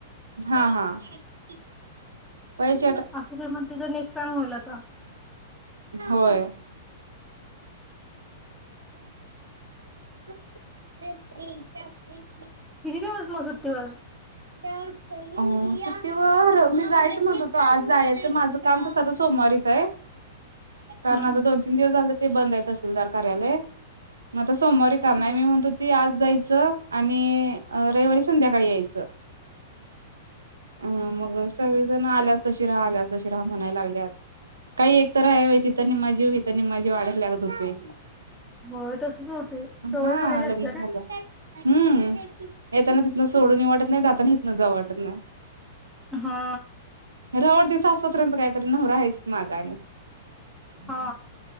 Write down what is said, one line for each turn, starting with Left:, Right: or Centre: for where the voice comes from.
Right: हा हा होतच की
Centre: असं तर मग तिचां नेक्स्ट टाइम होईल आता
Right: होय.. <unintelligible>
Centre: किती दिवस मग सुट्टीवर?
Right: सुट्टी वर मी जायचं म्हणतो तो आज जायचं माझ काम तस आता सोमवारीच आहे कारण
Centre: हम्म
Right: आता दोन तीन दिवस झाले ते बंद तसीलदार कार्यालय मग आता सोमवारी कर नाही
Centre: बर
Right: मी म्हणतो ती आज जायचं आणि रविवारी संध्याकाळी यायचं हा मग सगळं आल्यास तशी राहा आल्यास तशी राहा म्हणायला लागल्यात. काही एक तर हायव होय तिथ निम्मा जीव हिथं निम्मा अडकल्यागत होते.
Centre: होय तसच होतेय सवय
Right: हा
Centre: झालेली असते
Right: लग्न झालं
Centre: ना.
Right: हम्म येताना तिथनं सोडून वाटत नाही, जाताना इथन जाव वाटत नाही
Centre: हा..
Right: <unintelligible> डती सास सासऱ्यांचं काहीतरी नवरा हायच की माग आणि
Centre: हा